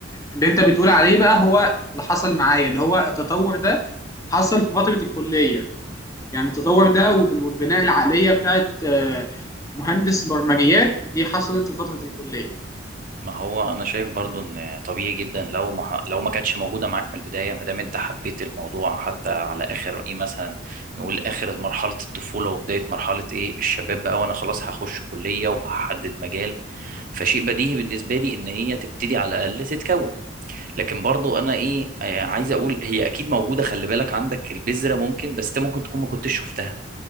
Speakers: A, on the left; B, on the right.
A: اللي انت بتقول عليه بقى هو اللي حصل معايا اللي هو التطور ده حصل في فتره الكليه يعني التطور ده وال- والبناء العقليه بتاعت آه مهندس برمجيات دي حصلت في فتره الكليه
B: ما هو انا شايف برضو ان طبيعي جدا لو ما ح- لو ما كانتش موجوده معاك من البدايه ما دام انت حبيت الموضوع حتى على اخر ايه مثلا نقول اخر مرحله الطفوله وبدايه مرحله ايه الشباب بقى وانا خلاص هخش كليه وهحدد مجال فشيء بديهي بالنسبه لي ان هي تبتدي على الاقل تتكون لكن برضو انا ايه آه، عايز اقول هي اكيد موجوده خلي بالك عندك البذره ممكن بس انت ممكن تكون ما كنتش شفتها